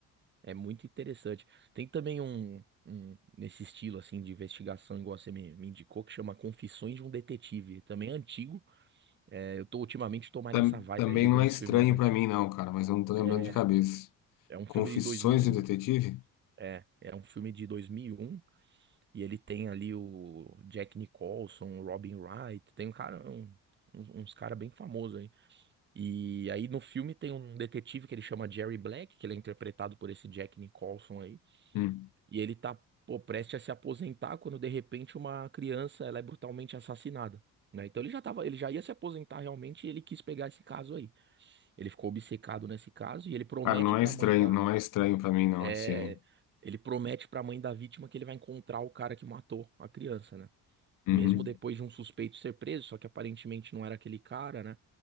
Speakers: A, on the right; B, on the left.
A: é muito interessante. Tem também um, um nesse estilo, assim, de investigação, igual você me, me indicou, que chama Confissões de um Detetive. Também é antigo. É, eu tô ultimamente tô mais
B: Tam-
A: nessa vibe
B: também
A: aí de ver
B: não
A: uns
B: é estranho
A: filmes mais antigos.
B: pra mim, não, cara, mas eu não tô lembrando
A: É,
B: de cabeça.
A: é um
B: Confissões
A: filme de 2001.
B: de Detetive?
A: É, é um filme de 2001 E ele tem ali o Jack Nicholson, o Robin Wright, tem um cara, um- um- uns cara bem famosos aí. E aí no filme tem um detetive que ele chama Jerry Black, que ele é interpretado por esse Jack Nicholson aí.
B: Hum.
A: E ele tá, pô, prestes a se aposentar quando de repente uma criança ela é brutalmente assassinada. Né? Então ele já tava, ele já ia se aposentar realmente e ele quis pegar esse caso aí. Ele ficou obcecado nesse caso e ele promete
B: Cara, não
A: pra
B: é estranho,
A: mãe da,
B: não é estranho pra mim, não,
A: é,
B: esse.
A: ele promete pra mãe da vítima que ele vai encontrar o cara que matou a criança, né?
B: Uhum.
A: mesmo depois de um suspeito ser preso, só que aparentemente não era aquele cara, né?